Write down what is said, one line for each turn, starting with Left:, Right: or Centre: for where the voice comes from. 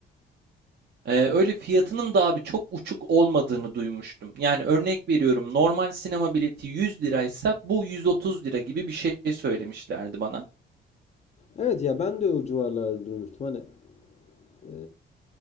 Right: Eee, öyle fiyatının da abi çok uçuk olmadığını duymuştum. Yani örnek veriyorum normal sinema bileti 100 liraysa bu 130 lira gibi bir şey söylemişlerdi bana.
Left: Evet ya ben de o civarlarda durmuştum. Hani e,